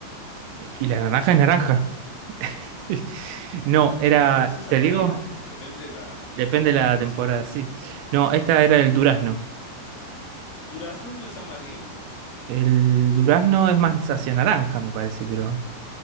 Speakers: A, on the right; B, on the left.
A: Y la naranja es naranja. <laughs> No, era,
B: pero a veces
A: te
B: amarilla,
A: digo,
B: depende de la, la temporada.
A: depende de la temporada, sí. No, esta era el durazno.
B: Durazno no es amarillo.
A: El durazno es más hacia naranja, me parece, pero